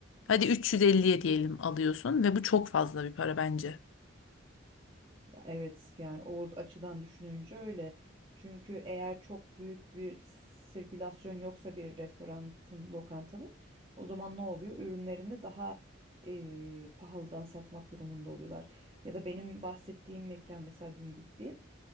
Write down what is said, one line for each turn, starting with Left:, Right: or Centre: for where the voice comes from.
Left: hadi 350'ye diyelim alıyorsun ve bu çok fazla bir para bence.
Right: Ya evet yani o açıdan düşününce öyle. Çünkü eğer çok büyük bir sirkülasyon yoksa bir restoranın, lokantanın o zaman ne oluyor? Ürünlerini daha eee, pahalıdan satmak durumunda oluyorlar. Ya da benim bahsettiğim mekan mesela dün gittiğim